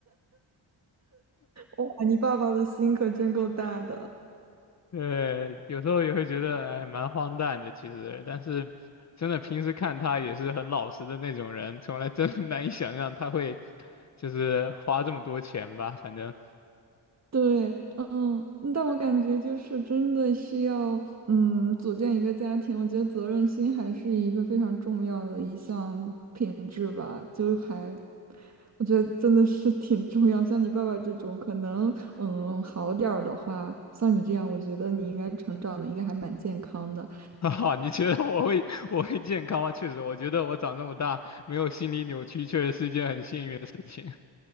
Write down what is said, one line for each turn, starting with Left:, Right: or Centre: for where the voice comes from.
Right: 哇，你爸爸的心可真够大的。
Left: 对，有时候也会觉得哎，蛮荒诞的其实，但是真的平时看他也是很老实的那种人，从来真的难以想象他会。就是花这么多钱吧，反正，
Right: 对，嗯，但我感觉就是真的是要，嗯，组建一个家庭，我觉得责任心还是一个非常重要的一项品质吧，就还，我觉得真的是挺重要。像你爸爸这种，可能，嗯，好点儿的话，像你这样，我觉得你应该成长的应该还蛮健康的。
Left: <laughs> 哈哈，你觉得我会我会健康吗？确实，我觉得我长这么大没有心理扭曲，确实是一件很幸运的事情。